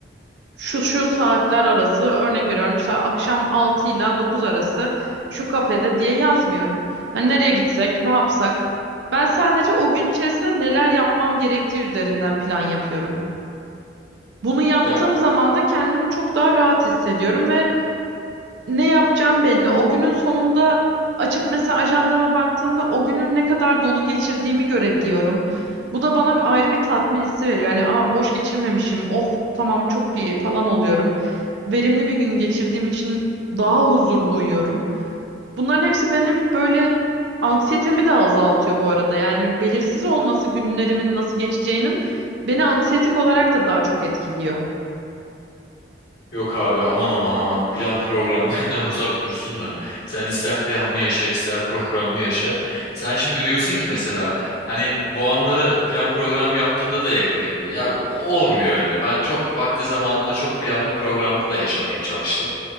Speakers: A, on the right; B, on the left.
A: şu şu saatler arası örnek veriyorum işte akşam 6 ile 9 arası şu kafede diye yazmıyorum. Hani nereye gitsek, ne yapsak? Ben sadece o gün içerisinde neler yapmam gerektiği üzerinden plan yapıyorum. Bunu yaptığım
B: Ya
A: zaman da kendimi çok daha rahat hissediyorum ve ne yapacağım belli. O günün sonunda açıp mesela ajandama baktığımda o günün ne kadar dolu geçirdiğimi görebiliyorum. Bu da bana bir ayrı bir tatmin hissi veriyor. Hani aa boş geçirmemişim. Oh tamam çok iyi falan oluyorum. Verimli bir gün geçirdiğim için daha huzurlu uyuyorum. Bunların hepsi benim böyle anksiyetemi de azaltıyor bu arada. Yani belirsiz olması günlerimin nasıl geçeceğinin beni anksiyetik olarak da daha çok etkiliyor.
B: Yok abi aman aman aman plan program <laughs> benden uzak dursun da sen ister planlı yaşa ister programlı yaşa. Sen şimdi diyorsun ki mesela hani bu anları plan program yaptığında da yakalayabilir. Ya olmuyor öyle ben çok vakti zamanında çok planlı programlı da yaşamaya çalıştım.